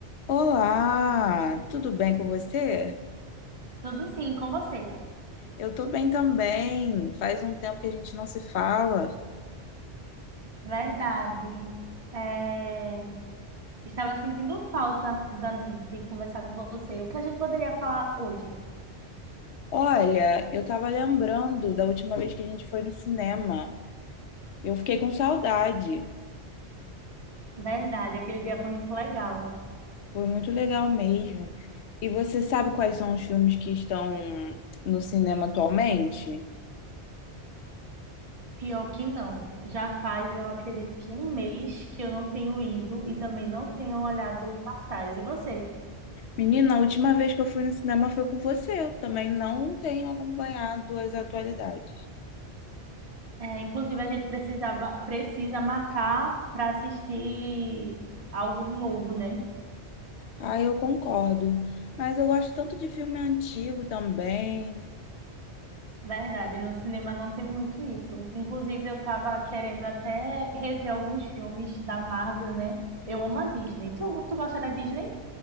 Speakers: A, on the left; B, on the right.
A: Olá, tudo bem com você?
B: Tudo sim, com você.
A: Eu tô bem também. Faz um tempo que a gente não se fala.
B: Verdade. É, Estava sentindo falta da- de conversar com você. O que a gente poderia falar hoje?
A: Olha, eu tava lembrando da última vez que a gente foi no cinema. Eu fiquei com saudade.
B: Verdade, aquele dia foi muito legal.
A: Foi muito legal mesmo. E você sabe quais são os filmes que estão no cinema atualmente?
B: Pior que não. Já faz, eu acredito que um mês que eu não tenho ido e também não tenho olhado o cartaz. E você?
A: Menina, a última vez que eu fui no cinema foi com você. Eu também não tenho acompanhado as atualidades.
B: É, inclusive, a gente precisava, precisa marcar para assistir algo novo, né?
A: Ah, eu concordo. Mas eu gosto tanto de filme antigo também.
B: Verdade, no cinema não tem muito isso. Inclusive, eu estava querendo até rever alguns filmes da Marvel, né? Eu amo a Disney. Tu, tu gosta da Disney?